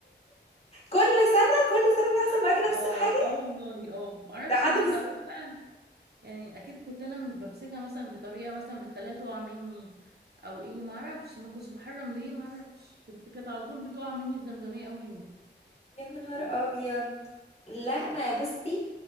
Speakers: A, on the left; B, on the right.
A: كل سنة كل سنة بيحصل معاكي نفس
B: اه
A: الحاجة
B: اه والله اه معرفش
A: لحد
B: ليه
A: ما
B: او انا بقى يعني اكيد كنت انا بمسكها مثلا بطريقه مثلا بتخليها تقع مني او ايه ما اعرفش ما كنتش بحرم ليه ما اعرفش بس كانت على طول بتقع مني الزمزميه اول يوم
A: يا نهار ابيض لا انا بصي